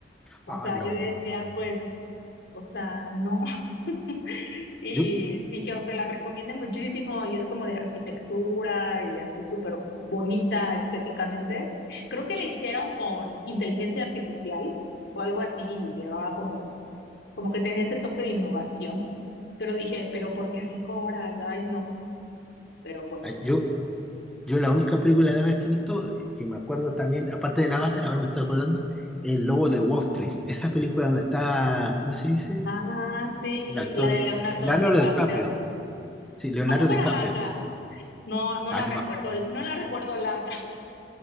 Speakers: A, on the left; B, in the centre.
A: O
B: ah,
A: sea,
B: no,
A: yo decía, pues O sea, no. <laughs> Y
B: yo...
A: dije, aunque la recomiende muchísimo y es como de arquitectura y así súper bonita estéticamente, creo que le hicieron con inteligencia artificial o algo así, y llevaba como, como que tenía este toque de innovación, pero dije, pero ¿por qué cinco horas? Ay, no, pero bueno.
B: Yo, Yo la única película árabe que he visto, que me acuerdo también, aparte del Avatar, ahora me estoy acordando, El Lobo de Wall Street. Esa película donde está, ¿cómo se dice?
A: Ah, sí,
B: El actor,
A: la de Leonardo
B: Leonardo
A: DiCaprio.
B: DiCaprio. Sí, Leonardo
A: ¿A poco
B: DiCaprio.
A: era larga? No, no
B: Ah,
A: la
B: no,
A: recuerdo,
B: ma-
A: no la recuerdo larga. <laughs>